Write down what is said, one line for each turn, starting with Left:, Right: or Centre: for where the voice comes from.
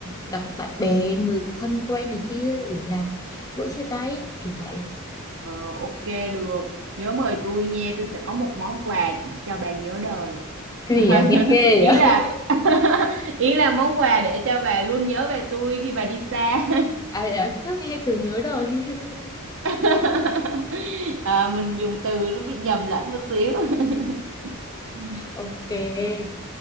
Left: gặp bạn bè người thân quen này kia để làm bữa chia tay kiểu vậy
Right: Ờ, ok được nhớ mời tôi nha tôi sẽ có một món quà cho bà nhớ đời
Left: cái
Right: <laughs>
Left: gì à, nghe ghê
Right: ý
Left: vậy
Right: là
Left: <laughs>
Right: <laughs> ý là món quà để cho bà luôn nhớ về tôi khi bà đi xa
Left: à, à thiếu nghe từ nhớ đời <laughs>
Right: <laughs> à, mình dùng từ nó bị nhầm lẫn một xíu <laughs> Ừ.
Left: ok